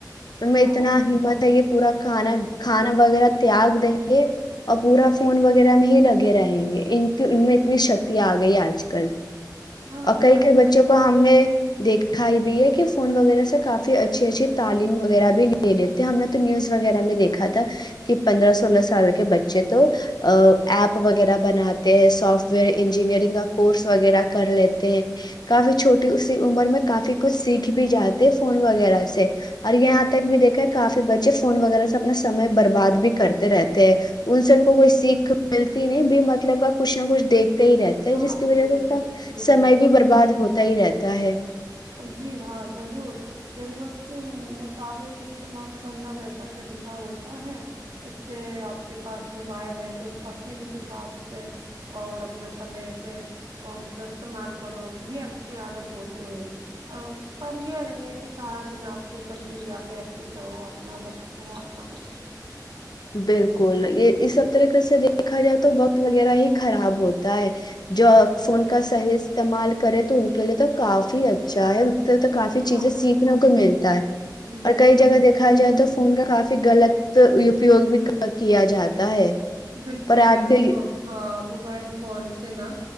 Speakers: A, on the left (about 70°); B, on the right (about 85°).
A: ان
B: ہاں
A: میں اتنا
B: بالکل
A: ہمت ہے یہ پورا کھانا کھانا وغیرہ تیاگ دیں گے اور پورا فون وغیرہ میں ہی لگے رہیں گے ان ان میں اتنی شکتی آ گئی آج کل
B: ہاں
A: اور کئی
B: ضرورت
A: کئی بچوں کو ہم نے دیکھا ہے بھی ایک فون وغیرہ سے کاف اچھی اچھی تعلیم وغہ بھی لے لیتے ہم نے تو نیوز وغیرہ میں دیکھا تھا کہ پندرہ سولہ سال کے بچے تو ایپ وغیرہ بناتے ہیں سافٹ ویئر انجینئرنگ کا کورس وغیرہ کر لیتے ہیں کافی چھوٹی اسی عمر میں کافی کچھ سیکھ بھی جاتے ہیں فون وغیرہ سے اور یہاں تک بھی دیکھا ہے کافی بچے فون وغیرہ سے اپنا سمے برباد بھی کرتے رہتے ہیں ان سے ان کوئی سیکھ ملتی نہیں بھی مطلب کا کچھ نہ کچھ دیکھ ہی رہتے ہیں
B: ہاں
A: جس کی وجہ
B: جی
A: سےب
B: جی جی
A: سمے بھی برباد ہوتا ہی رہتا ہے
B: جی ہاں ضرور ضرورت کے مطابق استعمال کرنا بہتر طریقہ ہوتا ہے اس سے آپ کے پاس موبائل ہے تو اس کا سیمت حساب سے اور اپنا سمے سے اور اس کا استعمال کرو یہ اچھی عادت ہوتے ہوئے پر یہ نہیں ہے کہ سارا دن آپ سوشل میڈیا پہ ایکٹو رہو اپنا وقت خراب کرو
A: بالکل یہ اس سب طریقے سے دیکھا جائے تو وقت وغیرہ ہی خراب ہوتا ہے جو فون کا صحیح استعمال کرے تو ان کے لیے تو کافی اچھا ہے تو کافی
B: ہاں
A: چیزیں سیکھنے کو ملتا ہے
B: بالکل
A: اور کئی جگہ
B: بالکل
A: دیکھا جائے تو فون کا کافی غلط اپیوگ بھی کیا جاتا ہے
B: بالکل
A: پر آج
B: ویسے
A: کے
B: ہاں موبائل فون سے نا